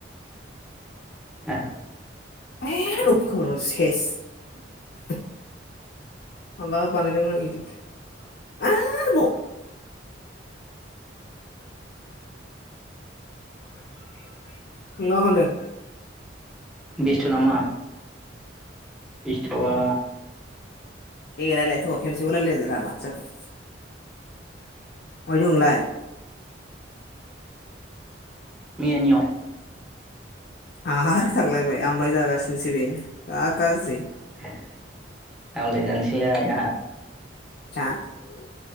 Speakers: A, in the centre; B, on the left.
A: ए
B: ए रखौबानो सेस <unintelligible> <unintelligible> माबा बानाय दोंमोन इदिट आरोबाव इसोर बायदि नोंनाव हनदों
A: बेस्ट' नामा? बेस थ'वा
B: ए रायलायथ' खेबसेल' रायलाय होदोरा माथो जाखो? महाय दं नोंलाय?
A: मैयानियाव।
B: आरो थांलायबाय आमलाय जागासिनोसो बे बा गाज्रि
A: <unintelligible> आमलाय जानोस सैलाय आहा।
B: जा उम